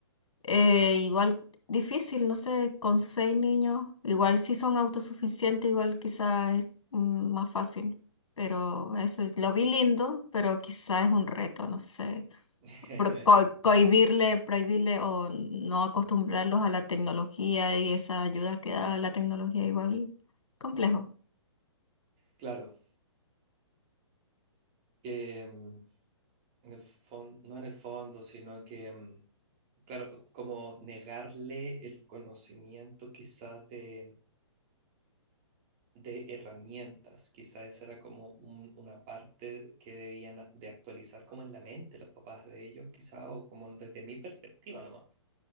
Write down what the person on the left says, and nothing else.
eh, igual difícil, no sé, con seis niños, igual si son autosuficientes, igual quizás es mm, más fácil, pero eso lo vi lindo, pero quizás es un reto, no sé
pro- co- cohibirle, prohibirle o no acostumbrarlos a la tecnología y esa ayuda que da la tecnología igual complejo.